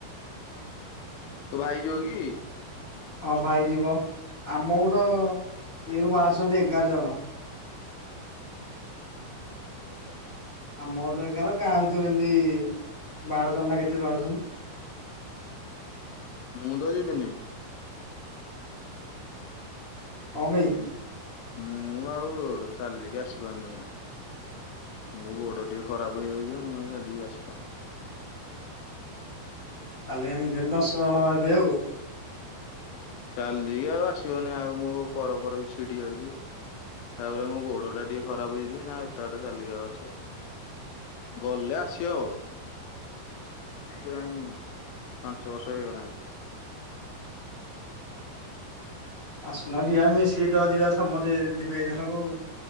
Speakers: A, on the left; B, on the left.
A: ତୋ ଭାଇ ଯିବ କି?
B: ହଁ ଭାଇ ଯିବ, ଆମ ପଟ ଇଏରୁ ବାହାରୁଛନ୍ତି ଏଗାର ଜଣ।
A: ଓହ
B: ଆମ ଏଠୁ ଏଗାର ଗାଁ ଭିତୁରୁ ଏମତି ବାର ଜଣ ନା କେତେ ବାହାରୁଛନ୍ତି।
A: ହୁଁ ମୁଁ ତ ଯିବିନି।
B: କଣ ପାଇଁ
A: ଏମ୍ ମୁଁ ଆଉ ଚାଲିକି ଆସିପାରୁ ନାହିଁ। ମୋ ଗୋଡୋ ଟିକିେ ଖରାପ ହେଇଯାଇଛି ଯେ ମୁଁ ଆଉ ଚାଲିକି ଆସିପାରୁନି।
B: ତାହେଲେ ଏମିତି ହେଲେ ଦଶ ଜଣ ହେବେ ଆଉ।
A: ଚାଲିକି ଆଉ ଆସିହଉନି ଆଉ ମୋ କର ଫର ବି ଛିଡି ଯାଉଛି। ତାପରେ ମୋ ଗୋଡୋ ଟା ଟିକେ ଖରାପ ହେଇଛି ଯେ ନା ଏତେ ବାଟ ଚାଲିକି ଆଉ ଆସିହଵନି। ଗଲେ ଆସି ହବ। ହେଇଗଲାଣି ପାଞ୍ଚ ବର୍ଷ ହେଇଗଲାଣି।
B: ଆସୁନ ଯିବା ମିସିକି ଚ ଯିବା ସମସ୍ତେ ଯିବେ ଏଇ ଦିନକ ଆଉ।